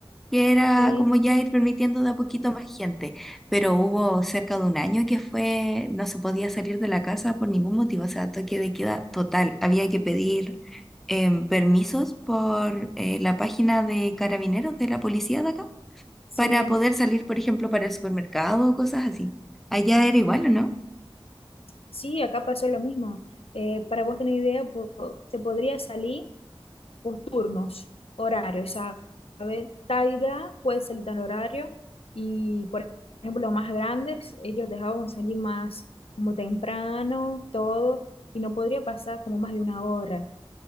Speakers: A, in the centre; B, on the left.
A: que era
B: Sí,
A: como ya ir permitiendo de a poquito más gente. Pero hubo cerca de un año que fue, no se podía salir de la casa por ningún motivo, o sea, toque de queda total. Había que pedir em, permisos por eh, la página de carabineros de la policía de acá
B: sí,
A: para poder salir, por ejemplo, para el supermercado o cosas así. Allá era igual, ¿o no?
B: sí, acá pasó lo mismo. Eh, para vos tener idea, po- se podría salir, por turnos, horarios, ¿sabes? Tal edad puede salir tal horario y, por ejemplo, los más grandes, ellos dejaban salir más como temprano, todo, y no podría pasar como más de una hora.